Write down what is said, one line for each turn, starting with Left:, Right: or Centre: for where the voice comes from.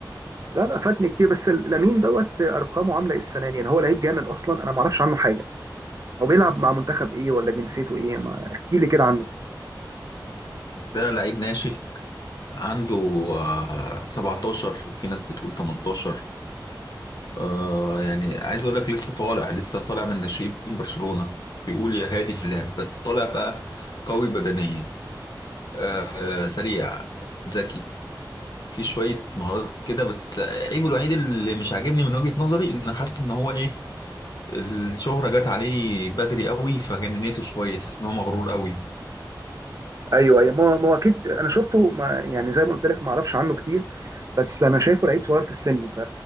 Right: لا لا فاتني كتير بس لامين دوت ارقامه عامله ايه السنه دي يعني هو لعيب جامد اصلا انا ما اعرفش عنه حاجه هو بيلعب مع منتخب ايه ولا جنسيته ايه ما احكي لي كده عنه
Left: ده لعيب ناشئ عنده آه، 17 وفي ناس بتقول 18 آه يعني عايز اقول لك لسه طالع لسه طالع من ناشئين برشلونة بيقول يا هادي في اللعب بس طالع بقى قوي بدنيا آه سريع ذكي في شوية مهارات كده بس عيبه الوحيد اللي مش عاجبني من وجهة نظري ان حاسس ان هو ايه الشهرة جت عليه بدري قوي فجننته شوية تحس ان هو مغرور قوي
Right: ايوه ايوه ما ما هو اكيد انا شفته ما يعني زي ما قلت لك ما اعرفش عنه كتير بس انا شايفه لعيب صغير في السن ف...